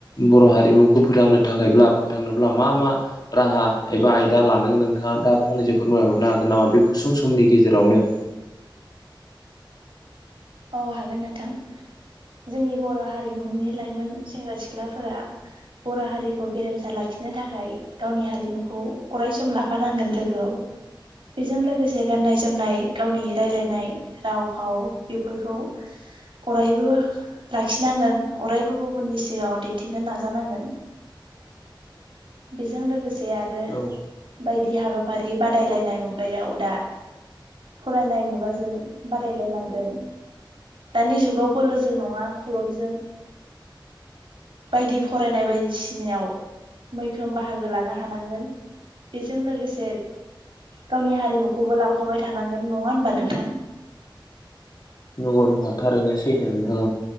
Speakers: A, on the left; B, on the right.
A: बर' हारिमु खौ फोथांनो थाखायब्ला फोथांनोब्ला मा मा राहा एबा आयदा लानांगोन नोंथाङा दा फंनैसो फोरमायहरनो हागोन नामा बे गुसुं समनि गेजेरावनो
B: औ हागोन नोंथां जोंनि बर' हारिमुनि लाइमोन सेंग्रा सिख्लाफोरा बर' हारिखौ गेरेमसा लाखिनो थाखाय गावनि हारिमुखौ अराय सम लाफानांगोन लोगोआव बेजों लोगोसे गाननाय जोमनाय गावनि रायलायनाय राव फाव बेफोरखौ अरायबो लाखिनांगोन अरायबो गुबुननि सिगाङाव दिन्थिनो नाजानांगोन। बेजों लोगोसे आरो
A: औ
B: बायदि हाबाफारि बादायलायनाय मुगायाव दा फरायनाय मुगाजों बादायलायनांगोन। दानि जुगाव बोलो जों नङा खलमजों बायदि फरायनाय बायदिसिनायाव मैखोम बाहागो लानो हानांगोन। बेजों लोगोसे गावनि हारिमुखौबो लांफाबाय थानांगोन नङा होनबा नोंथां।
A: नगौ‌ नोंथां थारैनो सैथो नोंथां